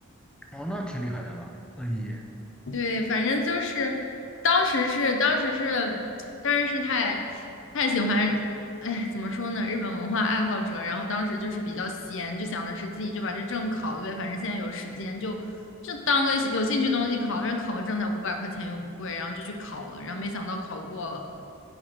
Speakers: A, in the centre; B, on the left.
A: 哦，那挺厉害的吧？N 一
B: 对，反正就是当时是当时是当时是太太喜欢，哎，怎么说呢，日本文化爱好者，然后当时就是比较闲，就想的是自己就把这证考了呗，反正现在有时间就就当个有兴趣东西考，反正考个证才五百块钱又不贵，然后就去考了，然后没想到考过了，